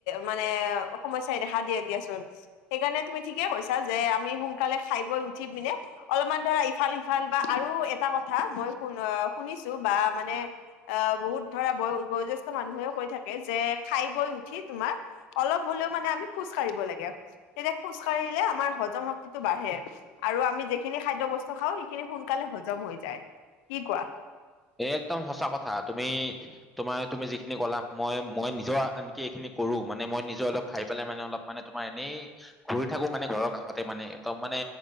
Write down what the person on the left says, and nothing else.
মানে সমস্যাই দেখা দিয়ে দিয়াচোন। সেইকাৰণে তুমি ঠিকে কৈছা যে, আমি সোনকালে খাই বৈ উঠি পিনে অলপমান, ধৰা ইফাল-সিফাল বা আৰু এটা কথা, মই শুন অ শুনিছো বা মানে অ, বহুত ধৰা বয় বয়জ্যেষ্ঠ মানুহেও কৈ থাকে, যে খাই বৈ উঠি তোমাৰ অলপ হ'লেও মানে আমি খোজ কাঢ়িব লাগে। তেতিয়া খোজকাঢ়িলে আমাৰ হজম শক্তি শক্তিটো বাঢ়ে আৰু আমি যিখিনি খাদ্য বস্তু খাওঁ, সেইখিনি সোনকালে হজম হৈ যায়। কি কোৱা?